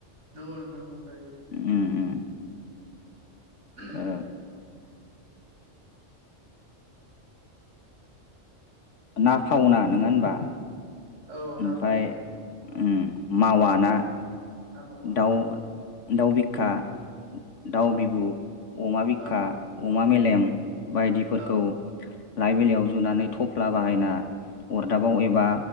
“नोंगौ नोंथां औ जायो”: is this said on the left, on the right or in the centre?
Right